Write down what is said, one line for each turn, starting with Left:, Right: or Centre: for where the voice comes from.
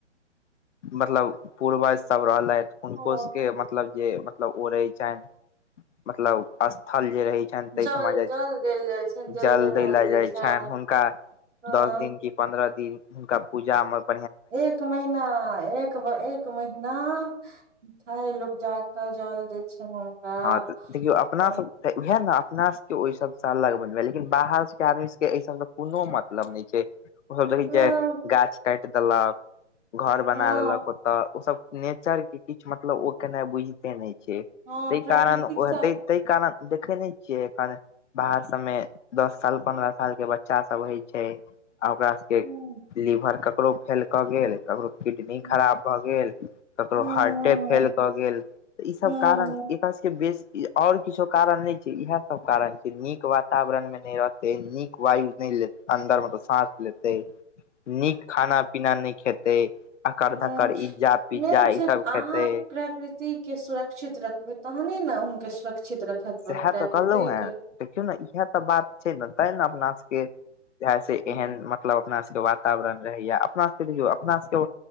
Left: मतलब पूर्वज सब रहलथि हुनको
Right: हँ
Left: सके मत मतलब जे मतलब ओ रहैय छनि मतलब स्थल जे रहैय छैय। तहन तहिठमा
Right: जल
Left: जाए
Right: जल
Left: छी
Right: देल जाइ छनि
Left: जल
Right: चढ़ायल
Left: दैला जाइ
Right: छनि
Left: छैन हुनका
Right: हँ
Left: दस दिन के। पंन्द्रह दिन हुनका पूजा में पऽ।
Right: एक महिना एक। <unintelligible> एक महीना तैं लोक जाके जल दैय छैंन हुनका।
Left: हाॅं तऽ देखियौ अपना
Right: अपन
Left: सब। तऽ उहे ने अपना सबके ओहि सबसँ अलग बनबै लेकिन बाहरके सबके आदमी सबके एहि सबसँ कोनो मतलब नहि छैं। ओहो देखै
Right: हँ
Left: छै गाछ काट देलक। घर बना
Right: हँ
Left: लेलक ओते ओ सब नेचर के किछ मतलब ओ केनाए बुझते नहि छै।
Right: हँ हँ
Left: तैय
Right: प्राकृतिक
Left: कारण ओहे
Right: सँ
Left: तैय कारण देखे नहि छियै एखन बाहर सबमे दस साल पन्द्रह साल के बच्चा सब होइ छैय। आ ओकरा सबके
Right: हूँ
Left: लीभर ककरो फेल कऽ गेल ककरो किडनी
Right: हूँ
Left: खराब भऽ गेल ककरो
Right: हूँ
Left: हार्टे
Right: हूँ
Left: फेल कऽ गेल तऽ ईसभ
Right: हूँ
Left: कारण
Right: हूँ
Left: एकर बेस और किछो कारण नहि छै इहे सब कारण छै नीक वातावरण में नहि रहत नीक वायु नहि लेत अन्दरमे तऽ सांस लेतै नीक खाना-पीना नहि खेतै अकड़
Right: ह
Left: धकड़ इज्जा पिज्जा
Right: मेन
Left: ई
Right: छै
Left: सब
Right: अहाँ
Left: खेतै
Right: प्राकृतिक के सुरक्षित रखबै तहने ने अहूँके सुरक्षित रखत प्राकृतिक
Left: सेहै त कहलहु हैं देखियौ ने इहे तऽ बात छै ने ते ने अपना सबके इ से
Right: हम्म,
Left: एहन मत मतलब अपना सबके वातावरण रहैया अपना सबके देखयौ अपना सबके